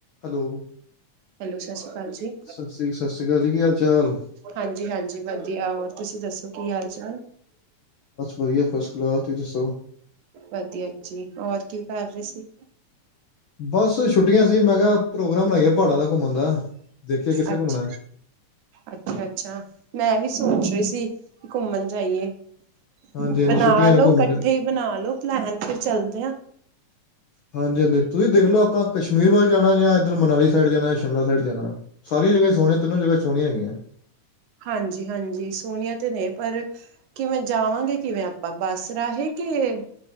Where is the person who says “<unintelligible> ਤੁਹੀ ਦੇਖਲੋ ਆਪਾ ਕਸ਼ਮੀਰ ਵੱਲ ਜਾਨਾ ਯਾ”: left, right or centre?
Left